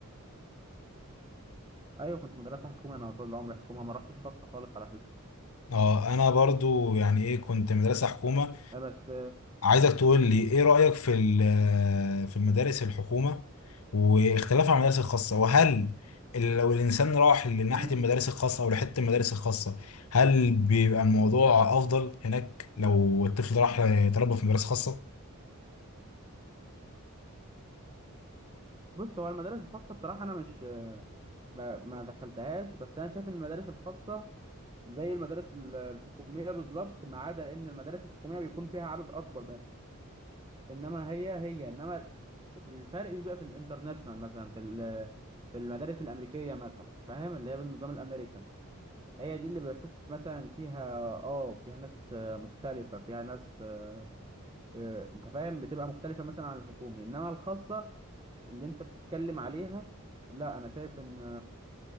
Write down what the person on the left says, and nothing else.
اه انا برضو يعني ايه كنت مدرسة حكومة
عايزك تقول لي ايه رأيك في ال- في المدارس الحكومة واختلافها عن المدارس الخاصة وهل ال- لو الإنسان راح لناحية
المدارس الخاصة أو لحتة المدارس الخاصة هل بيبقى الموضوع أفضل هناك لو الطفل راح تربى في مدارس خاصة؟